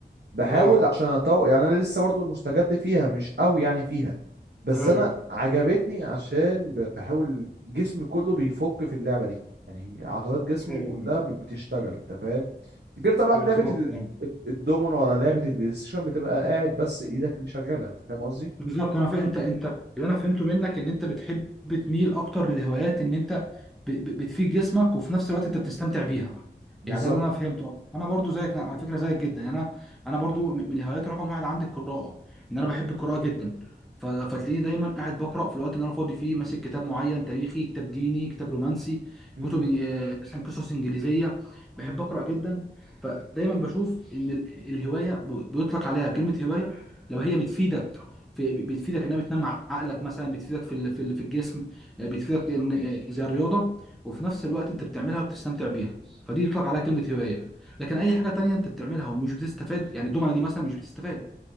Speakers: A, on the right (about 65°); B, in the centre.
A: بحاول
B: اه
A: عشان اطور يعني انا لسه برضو مستجد فيها مش قوي يعني فيها بس
B: ايوه
A: انا عجبتني عشان ب- بحاول جسمي كله بيفك في اللعبة دي يعني عضلات جسمي
B: ايوه
A: كلها
B: أيوة.
A: ب- بتشتغل انت فاهم غير طبعا
B: بالظبط
A: لعبة ال-
B: آه.
A: الدومينو ولا لعبة البلاي ستيشن بتبقى قاعد بس ايدك اللي شغالة انت فاهم قصدي
B: بالظبط انا فاهم انت انت اللي انا فهمته منك ان انت بتحب تميل اكتر للهوايات ان انت ب... ب... بتفيد جسمك وفي نفس الوقت انت بتستمتع بيها
A: بالظبط
B: يعني ده اللي انا فهمته انا برضو زيك أنا على فكره زيك جدا يعني انا انا برضو م- من الهوايات رقم واحد عندي القراءه ان انا بحب القراءه جدا ف... فتلاقيني دايما قاعد بقرا في الوقت اللي انا فاضي فيه ماسك كتاب معين تاريخي كتاب ديني كتاب رومانسي
A: مم.
B: كتب آه، مثلا قصص انجليزيه بحب
A: مم.
B: اقرا جدا فدايما بشوف ان ال- الهوايه ب... بيطلق عليها كلمه هوايه لو هي بتفيدك في بتفيدك انها بتنمي عقلك مثلا بتفيدك في ال- في ال- في الجسم آه، بتفيدك ان آه، زي الرياضه وفي نفس الوقت انت بتعملها وبتستمتع بيها فدي يطلق عليها كلمه هوايه لكن اي حاجه تانية انت بتعملها ومش بتستفاد يعني الدومنه دي مثلا مش بتستفاد